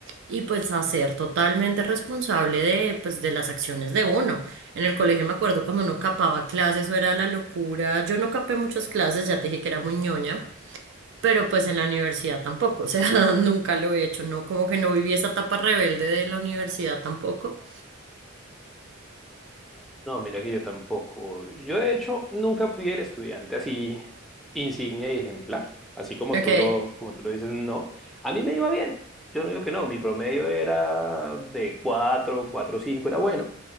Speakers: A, on the right; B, in the centre.
A: y pues a ser totalmente responsable de, pues, de las acciones de uno. En el colegio me acuerdo cuando uno capaba clases, eso era la locura. Yo no capé muchas clases, ya te dije que era muy ñoña pero pues en la universidad tampoco, o sea, <laughs> nunca lo he hecho, no, como que no viví esa etapa rebelde de la universidad tampoco.
B: No, mira que yo tampoco. Yo de hecho nunca fui el estudiante así insignia y ejemplar, así como
A: Ok,
B: tú lo, como tú lo dices, no. A mí me iba bien. Yo no digo que no, mi promedio era de 4, 4 5, era bueno,